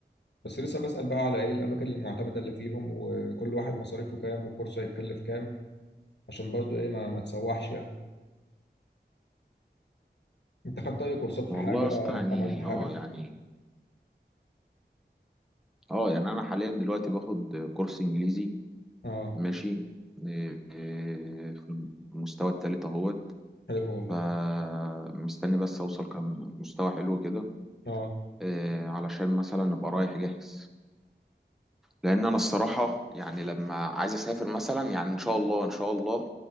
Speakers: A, on the left; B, in the centre.
A: بس لسه بسأل بقى على ايه الاماكن المعتمدة اللي فيهم وكل واحد مصاريفه كام والكورس هيتكلف كام عشان برضو ايه ما, ما تسوحش يعني انت خدت اي كورسات في
B: والله
A: حاجة
B: يا اسطى يعني
A: عملت حاجة
B: أه يعني أه يعني أنا حاليا دلوقتي باخد كورس إنجليزي
A: اه
B: ماشي إيه، إيه، في المستوى التالت أهوت
A: حلو والله
B: فمستني بس أوصل كم مستوى حلو كده
A: اه
B: إيه، علشان مثلا أبقى رايح جاهز لان انا الصراحه يعني لما عايز اسافر مثلا يعني ان شاء الله ان شاء الله